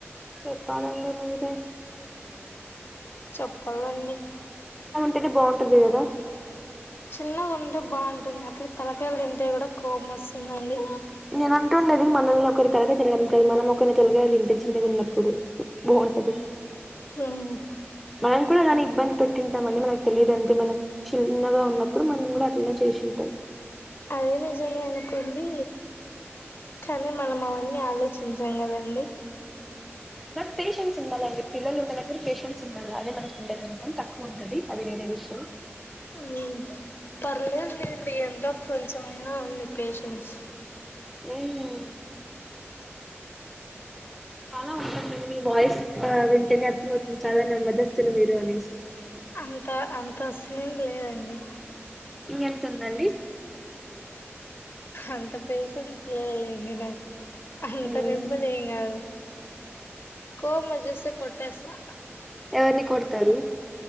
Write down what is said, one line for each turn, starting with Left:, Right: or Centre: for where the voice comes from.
Centre: చెప్పాలండి మీరే.
Left: చెప్పల్లండి.
Centre: తిది బాగుంటుంది కదా
Left: చిన్నగుంటే బాగుంటుంది అట్లే తలకాయలు తింటే కూడా కోపం వస్తుందండి.
Centre: నేను అంటుండేది మనల్ని ఒకరి తలకాయ తినడం కాదు మనం ఒకరిని తలకాయ తింటే చిన్నగున్నప్పుడు బా ంటది.
Left: హ్మ్
Centre: మనం కూడా దానికి ఇబ్బంది పెట్టింటా మని మనకు తెలిదంతే మనం చిన్నగా ఉన్నప్పుడు మనం కూడా అట్లనే చేసింటాం.
Left: అది నిజమే అనుకోండి. కానీ మనం అవన్నీ ఆలోచించం కదండి.
Centre: బట్ పేషెన్స్ ఉండాలండి పిల్లలు ఉండే దగ్గర పేషెన్స్ ఉండల్ల అదే మనకుండేది కొంచెం తక్కువంటది అది వేరే విషయం.
Left: మ్ పర్లేదులేండి ఎంతో కొంచమైనా ఉంది పేషెన్స్
Centre: ఉమ్మ్. చాలా ఉంటుంది అండి మీ వాయిస్ వింటేనే అర్థమవుతుంది చాలా నెమ్మదిస్తుదులు మీరు అనేసి
Left: అంత అంత సీన్ లేదండి.
Centre: ఇంక ఎంతుందండి.
Left: అంత పేషెన్స్ లేదు లేండి నాకు అంత
Centre: మ్మ్
Left: నెమ్మది ఏం కాదు కోపం వచ్చేస్తే కొట్టేస్తా
Centre: ఎవరిని కొడతారు